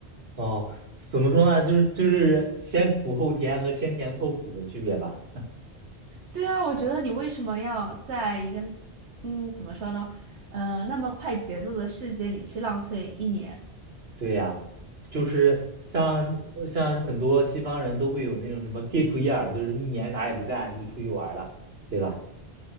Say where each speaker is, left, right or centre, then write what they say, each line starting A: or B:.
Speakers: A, on the right; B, on the right.
A: 哦，怎么说呢，就是就是先苦后甜和先甜后苦的区别吧，
B: 对啊，我觉得你为什么要在一个，嗯，怎么说呢？呃，那么快节奏的世界里去浪费一年？
A: 对呀，就是像像很多西方人都会有那种什么 gap year，就是一年啥也不干就出去玩儿了，对吧？